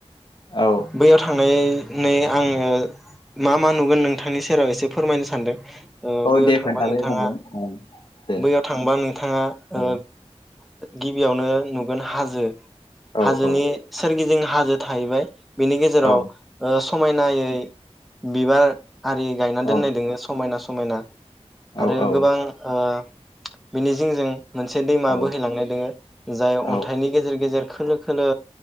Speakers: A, on the left; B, in the centre.
A: औ
B: बैयाव थांनाय नै आङो मा मा नुगोन नोंथांनि सेराव एसे फोरमायनो सानदों । ओ
A: औ
B: बैयाव
A: दे
B: थांबा
A: खोन्थालाय
B: नोंथाङा
A: फंबाय औ दे
B: बैयाव थांबा नोंथाङा ओ
A: औ
B: गिबियावनो नुगोन हाजो
A: औ
B: हाजोनि
A: औ
B: सोरगिदिं हाजो थाहैबाय। बेनि गेजेराव
A: औ
B: ओ स समायनायै बिबार आरि गायनानै दोननाय
A: औ
B: दोङो समायना स मायना
A: औ
B: आरो
A: औ
B: गोबां ओ बिनि जिंजों मोनसे दैमाबो
A: औ
B: लांनाय दोङो जाय
A: औ
B: अन्थाइनि गेजेर गेजेर खोलो खोलो